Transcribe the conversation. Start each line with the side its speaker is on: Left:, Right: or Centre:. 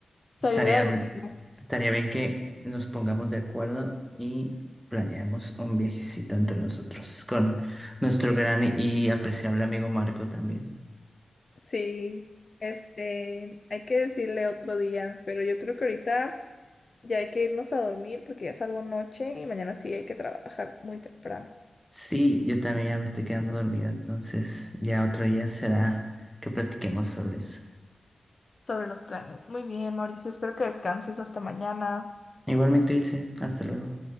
Left: salir
Centre: Estaría,
Left: de la rutina.
Centre: estaría bien que nos pongamos de acuerdo y planeemos un viajecito entre nosotros con nuestro gran y apreciable amigo Marco también.
Left: Sí, este, hay que decirle otro día, pero yo creo que ahorita ya hay que irnos a dormir porque ya salgo noche y mañana sí hay que trabajar muy temprano.
Centre: Sí, yo también ya me estoy quedando dormido, entonces ya otro día será que platiquemos sobre eso.
Left: Sobre los planes. Muy bien, Mauricio, espero que descanses hasta mañana.
Centre: Igualmente, Ilse, hasta luego.